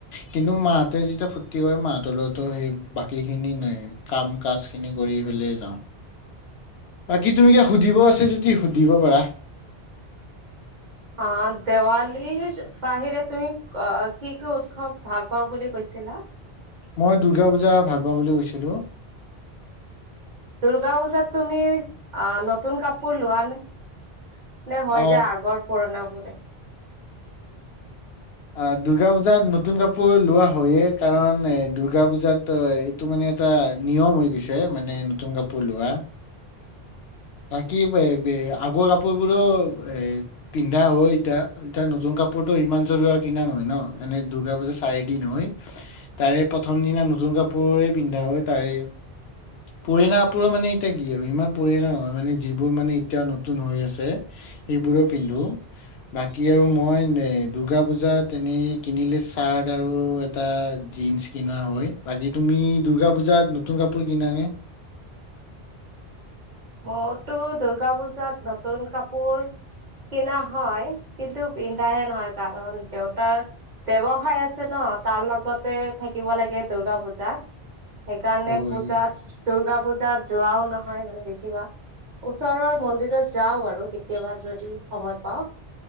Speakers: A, on the left; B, on the right.
A: কিন্তু মাহতে যেতিয়া ফুৰ্তি কৰে মাহতৰ লগতো সেই বাকী খিনি ন কাম কাজ খিনি কৰি পেলাই যাও বাকী তুমি কে সুধিব আছে যদি সুধিব পাৰা
B: অ দেৱালীৰ বাহিৰে তুমি কি কি উৎসৱ ভাল পাওঁ বুলি কৈছিলা
A: মই দূৰ্গা পূজা ভাল পাওঁ বুলি কৈছিলো
B: দুূৰ্গা পূজাত তুমি আহ নতুন কাপোৰ লোৱা নে নে হয়
A: অ
B: যে আগৰ পুৰণা <inaudible>
A: অ দুৰ্গা পূজাত নতুন কাপোৰ লোৱা হয়য়ে কাৰণ এ দুৰ্গা পূজাত এইটো মানে এটা নিয়ম হৈ গৈছে মানে নতুন কাপোৰ লোৱা বাকী আগৰ কাপোৰ বোৰো এ পিন্ধা হয় এতিয়া এতিয়া নতুন কাপোৰতটো ইমান জৰু কিনা নহয় ন এনে দুূৰ্গা পূজা চাৰি দিন হয় তাৰে প্ৰথম দিনা নতুন কাপোৰে পিন্ধা হয় তাৰে পুৰণা কাপোৰো মানে এতিয়া কি আৰু ইমান পুৰণা নহয় মানে যিবোৰ মানে এতিয়া নতুন হৈ আছে সেইবোৰো পিন্ধো বাকি আৰু মই দুৰ্গা পূজাত তেনে কিনিলে চাৰ্ট আৰু এটা জিন্চ কিনোৱা হয় বাকী তুমি দূৰ্গা পুজাত নতুন কাপোৰ কিনানে
B: মোৰতো দুূৰ্গা পূজাত নতুন কাপোৰ কিনা হয় কিন্তু পিন্ধাহে নহয় কাৰণ দেউতাৰ ব্যৱসায়ৰ আছে ন তাৰ লগতে থাকিব লাগে দূৰ্গা পূজাত সেইকাৰণে
A: হয়
B: পূজাত দূৰ্গা পূজাত যোৱাও নহয় মানে বেছিভা ওচৰৰ মন্দিৰত যাওঁ আৰু কেতিয়াবা যদি সময় পাওঁ